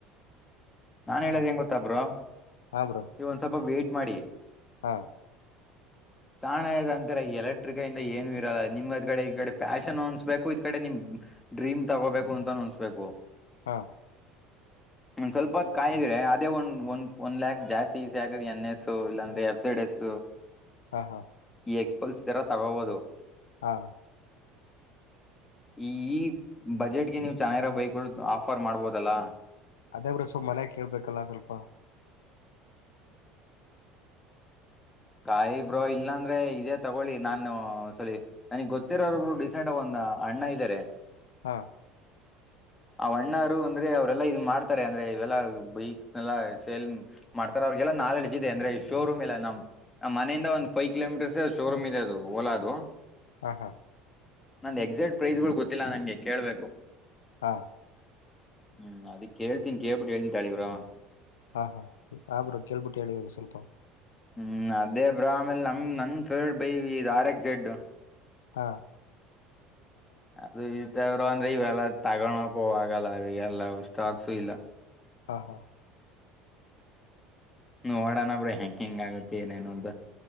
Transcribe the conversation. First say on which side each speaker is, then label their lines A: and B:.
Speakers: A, on the left (about 15°); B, on the left (about 80°).
A: ನಾನ್ ಹೇಳೋದ್
B: ಹಾ
A: ಹೆಂಗ
B: ಹಾ
A: ಗೊತ್ತಬ್ರ
B: ಹಾ ಬ್ರೋ
A: ನೀವ ಒಂದ್ ಸ್ವಲ್ಪ ವೇ್ಟಟ್ ಮಾಡಿ
B: ಹಾ
A: ತಾಣಯದಂತ ಈರ ಎಲೆಕ್ಟ್ರಿಕಂದ ಏನು ಇರಲ್ಲ ನಿಮ್ ಅ್ ಕಡೆ ಈ ಕಡೆ ಫ್ಯಾಷನ್ ಅನ್ಸ್ಬೇಕು ಇದ್ ಕಡೆ ನಿಮ್ ಡ್ರೀಮ್ ತಗೋಬೇಕು ಅಂತ ಅನ್ಸ್ಬೇಕು
B: ಹಾ
A: ನಿ್ ಸ್ವಲ್ಪದ್ ಕಾಯಿದ್ರೆ ಅದೇ ಒಂದ ಒಂದ ಒ್ ಲ್ಯಾಕ್ ಜಾಸ್ತಿ ಸೆಕ ಎನ್ ಎಸ್ ಇಲ್ಲಾಂದ್ರೆ ಎಫ್ಸಡ್ ಎಸ್
B: ಹಾ ಹಾ
A: ಈ ಎಕ್ಸ್ಪೋಲ್ಸ್ ಇದ ತರ ತಗೋಬಹುದು
B: ಹಾ
A: ಈ ಬಜೆಟ್ಗೆ ನೀವು ಚೆನ್ನಾಗಿರೋ ಬೈಕ್ಗಳು ಆಫರ್ ಮಾಡ್ಬೋದಲ್ಲ
B: ಅದೇ ಬ್ರಸೊ ಮನೆಯ ಕೇಳ್ಬೇಕಲ್ಲ ಸ್ವಲ್ಪ
A: ಕಾಯಿ ಬ್ರೋ ಇಲ್ಲಾಂದ್ರೆ ಇದೇ ತಗೊಳ್ಳಿ ನಾನು ಸರಿ ನನಗ್ ಗೊತ್ತಿರೋರ್ಬ್ರು ಡಿಸೆಂಟ್ಗ ಒಂದ ಅಣ್ಣ ಇದಾರೆ
B: ಹಾ
A: ಆ ಅಣ್ಣರು ಅಂದ್ರೆ ಅವ್ರೆಲ್ಲಾ ಇ್ ಮಾಡ್ತಾರೆ ಅಂದ್ರೆ ಇವೆಲ್ಲ ಬೈ ಎ ಸೇಲ್ ಅಂತ ಅಂತ ಮಾಡ್ತಾರೆ ಅವ್ರಿಗೆಲ್ಲ ನಾಲೆಡ್್ ಇದೆ ಅಂದ್ರೆ ಶೋರೂಮ್ ಎಲ್ಲ ನಮ್ ನಮ್ಮ್ ಮನೆಯಿಂದ ಒಂದ್ ಫೈವ್ ಕಿಲೋಮೀಟರ್ಸ್ ಶೋರೂಮ್ ಇದೆ ಅದು ಓಲಾ ಅದು
B: ಹಾ ಹಾ
A: ನಂದು ಎಕ್ಸಾಕ್ಟ್ ಪ್ರೈಸ್ಗಳು ಗೊತ್ತಿಲ್ಲ ನಂಗೆ ಕೇಳಬೇಕು
B: ಹ
A: ಹ್ಮ್ ಅದು ಕೇಳ್ತೀನಿ ಕೇಳಿಬಿಟ್ಟು ಹೇಳ್ತಿನಿ ತಾಲಿ ಬ್ರೋ
B: ಹಾ ಹಾ ಆ ಬ್ರೋ ಕೇಳಿಬಿಟ್ಟು ಹೇಳಿ ಒಂದು ಸ್ವಲ್ಪ
A: ಹ್ಮ್ ಅದೇ ಬ್ರೋ ಆಮೇಲೆ ನಮ್ ನನ್ favourite bike R X Z
B: ಹ
A: ಅದು ಇದ್ದವರು ಅಂದ್ರೆ ಇವೆಲ್ಲ ತಗೋಳಕು ಆಗಲ್ಲ ಇ ಎಲ್ಲ ಸ್ಟಾಕ್ಸು ಇಲ್ಲ
B: ಹಾ ಹಾ
A: ನೋಡಣ ಬ್ರೋ ಹೆಂಗ ಹೆಂಗ ಆಗುತ್ತೆ ಏನೇನು ಅಂತ